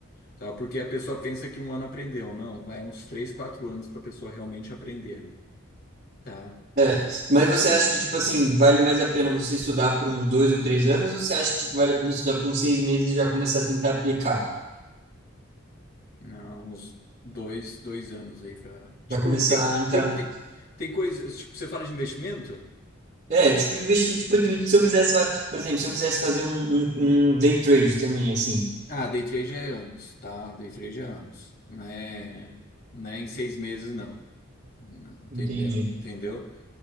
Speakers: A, on the left (about 50°); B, on the right (about 45°).
A: tá? Porque a pessoa pensa que um ano aprendeu. Não, vai uns 3 4 anos para a pessoa realmente aprender, tá?
B: É, mas você acha que, tipo assim, vale mais a pena você estudar por uns dois ou três anos, ou você acha que, tipo, vale a pena estudar por uns seis meses e já começar a tentar aplicar?
A: Não, uns dois, dois anos aí para... Tipo,
B: Pra começar
A: tem,
B: a entrar.
A: tem,
B: no-
A: tem, tem coisas... Tipo, você fala de investimento?
B: É, tipo, investir, tipo, de- se eu quisesse, fa- por exemplo, se eu quisesse fazer um, um, um day trade também, assim,
A: Ah, day trade é anos, tá? Day trade é anos. Não é, não é em seis meses, não. Entendeu?
B: entendi.
A: Entendeu?